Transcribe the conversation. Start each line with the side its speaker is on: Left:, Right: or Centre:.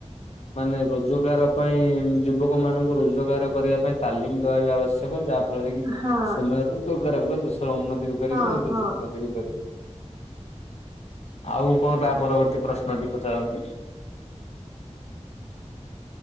Left: ମାନେ ରୋଜୋଗାର ପାଇଁ ଯୁବକ ମାନଙ୍କୁ ରୋଜୋଗାର କରିବା ପାଇଁ ତାଲିମ ଦବା ବି ଆବଶ୍ୟକ ଯାହା ଫ ଳରେ
Right: ହଁ
Left: ସେମା ରୋଜୋଗାର କ ଦେଶର ଉନ୍ନତି ବି କରିବେ
Right: ହଁ
Left: ନିଜସ୍ୱ
Right: ହଁ।
Left: ଉନ୍ନତି ବି କରିବେ। ଆଉ କଁ ତା ପରବର୍ତ୍ତୀ ପ୍ରଶ୍ନଟି ପଚାରନ୍ତୁ।